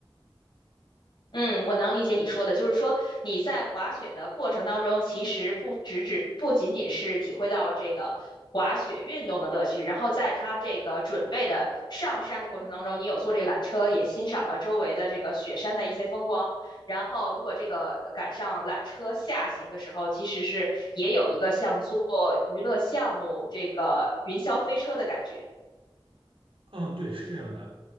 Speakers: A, on the left; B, on the right.
A: 嗯，我能理解你说的，就是说你在滑雪的过程当中，其实不只只不仅仅是体会到了这个滑雪运动的乐趣，然后在它这个准备的上山的过程当中，你有坐这缆车，也欣赏了周围的这个雪山的一些风光。然后，如果这个呃赶上缆车下行的时候，其实是也有一个像做娱乐项目这个云霄飞车的感觉。
B: 嗯，对，是这样的。